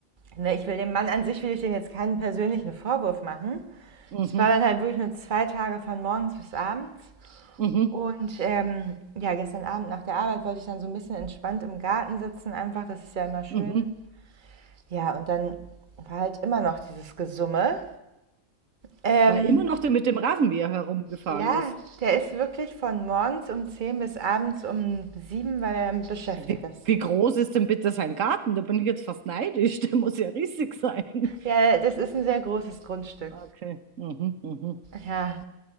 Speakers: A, on the right; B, on the right.
A: ne, ich will dem Mann an sich, will ich dem jetzt keinen persönlichen Vorwurf machen.
B: mhm,
A: Ich war dann halt wirklich nur zwei Tage von morgens bis abends.
B: mhm,
A: Und ähm, ja, gestern Abend nach der Arbeit wollte ich dann so ein bisschen entspannt im Garten sitzen, einfach, das ist ja immer schön.
B: mhm.
A: Ja, und dann war halt immer noch dieses Gesumme. Ähm,
B: War immer noch der mit dem Rasenmäher herumgefahren
A: ja,
B: ist.
A: der ist wirklich von morgens um 10 bis abends um 7, weil er beschäftigt
B: Wie,
A: ist.
B: wie groß ist denn bitte sein Garten? Da bin ich jetzt fast neidisch. <laughs> Der muss ja riesig sein.
A: Ja, das ist ein sehr großes Grundstück.
B: Okay. Mhm, mhm.
A: Ja,